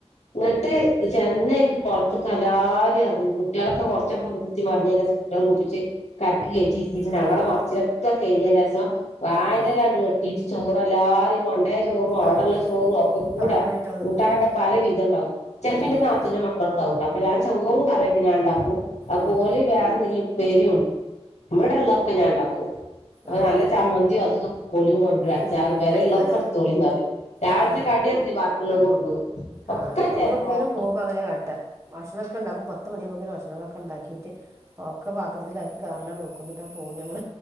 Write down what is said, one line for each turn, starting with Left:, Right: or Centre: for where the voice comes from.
Left: ന്നട്ട് ചെന്നൈക്ക് കൊളത്ത് ക്ക്എല്ലാരും റങ്ങും കുട്ടികളൊക്കെ കൊറച്ച് <unintelligible> കുത്തിമറിഞ്ഞ് അയിലേ സംകുട്ടോ ളെ കുളിപ്പിച്ച് കര കേറ്റി രി ത്തീട്ട് ഞങ്ങളെ
Right: ഉം ഉം ഉം
Left: മറച്ചിലൊക്കെ തൈ ഞ്ഞേറ്റ സം വായന്റലാട്ട്
Right: ഉം
Left: വെട്ടിട്ട് ചോറ് എല്ലാരും കൊണ്ടേ ചോറും അവിടെള്ള
Right: ആഹ്
Left: ചോറും ഒക്കെ
Right: ആഹ്
Left: കൂടാ
Right: കൂടി ഇട്ടത്
Left: കൂട്ടാനൊക്കെ
Right: തിന്നുല്ലേ
Left: പല വിധ ഇത്ണ്ടാകുംചെൽപ്പം
Right: ഉം
Left: ന്റെനാത്തുന്റെ മക്കള ഉണ്ടാവു ട്ടോഅപ്പൊഞൻ ചോറ് കറിക്കെ ഞാൻ ണ്ടാ ക്കും അപ്പം
Right: ഉം
Left: ഓല് വേറെ എന്തെങ്കിലും ഉ പേരിംഇവിടെ ഉള്ളൊക്കെ ഞാൻ ഉണ്ടാക്കും ന്നാ
Right: ആഹ്
Left: നല്ല ജമന്തിയോ അതും തും ഓലും കൊണ്ടരും അച്ചാറ്
Right: ഉം
Left: പെരെ
Right: ഞങ്ങള്
Left: ള്ളെ ക്കെട്ത്തോളി അറിം രാവൽത്തെ
Right: ആഹ്
Left: കടി ർച്ച്ഭാക്കിള്ള കൊണ്ടോവും
Right: ആ
Left: ഒക്കെ
Right: നങ്ങളെ
Left: ചെലവാവും
Right: ട് കേലും പോകുമ്പോ അങ്ങനെകാ ട്ടാഭക്ഷൊക്കെണ്ടാക്കും പത്ത് മണിയുമ്പോക്കും ഭക്ഷണം ണങ്ങളൊക്കെ ഉണ്ടാക്കിയിട്ട് ഒക്കെ പാത്രത്തിലാക്കി കാറിലാണ്ട് വെക്കു ന്ന ട്ടാ പോകും ഞങ്ങൾ